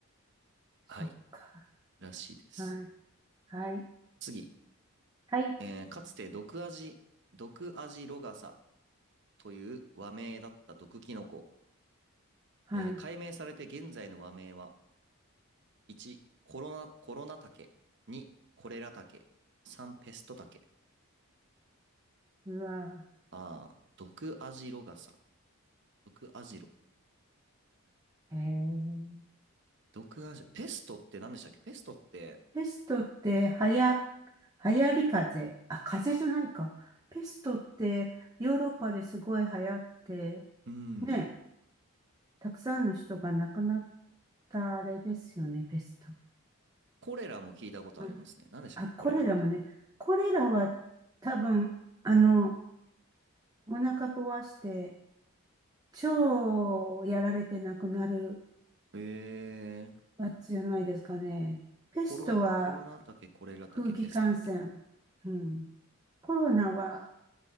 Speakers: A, on the right; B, on the right.
A: そっか。
B: はい、らしいです。
A: はい。はい。
B: 次。
A: はい。
B: えーかつて毒味、毒味ロガサという和名だった毒キノコ。
A: はい。
B: えー解明されて現在の和名は、1、コロナ、コロナタケ、2、コレラタケ、3、ペストタケ。
A: うわ
B: ああ、毒味ロガサ。毒味ロ。
A: ー。えー、
B: 毒味ロ、ペストって何でしたっけペストって、
A: ペストって、はや、流行り風あ、風邪じゃないか。ペストって、ヨーロッパですごい流行って、
B: うん、
A: ね、たくさんの人が亡くなったあれですよね、ペスト。
B: コレラも聞いたことありますね。
A: うん
B: 何でしたっけコレラって。
A: あ、コレラもね、コレラは多分、あの、お腹壊して、腸をやられて亡くなる
B: えー、
A: やつじゃないですかね。ペストは
B: コロナ、コロナタケ、コレラタケ、
A: 空気感染。
B: ペストタケ。
A: うん。コロナは